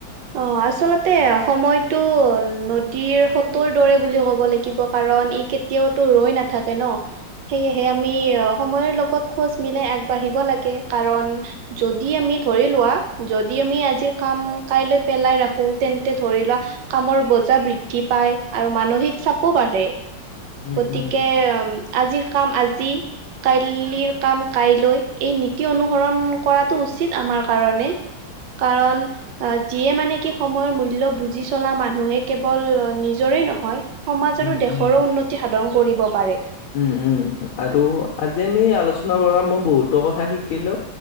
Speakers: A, on the right; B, on the left.
A: অ, আচলতে সময়টো নদীৰ সোতৰ দৰে বুলি ক'ব লাগিব। কাৰণ ই কেতিয়াওতো ৰৈ নাথাকে ন। সেয়েহে আমি অ, সময়ৰ লগত খোজ মিলাই আগবাঢ়িব লাগে। কাৰণ যদি আমি, ধৰি লোৱা যদি আমি আজিৰ কাম কাইলৈ পেলাই ৰাখো, তেন্তে ধৰি লোৱা কামৰ বজা বৃদ্ধি পায়। আৰু মানসিক চাপ খু বাৰে
B: উম
A: গতিকে
B: উম
A: এ অম আজিৰ কাম আজি। কাইল্লিৰ কাম কাইলৈ, এই নীতি অনুসৰণ কৰাটো উচিত আমাৰ কাৰণে। কাৰণ অ, যিয়ে মানে কি সময়ৰ মূল্য বুজি চলা মানুহে, কেৱল অ, নিজৰেই নহয় সমাজ
B: উম
A: আৰু দেশৰো
B: উম
A: উন্নতি সাধন কৰিব পাৰে।
B: উম, উম আৰু আজি আমি আলোচনা কৰা মই বহুতো কথা শিকিলো,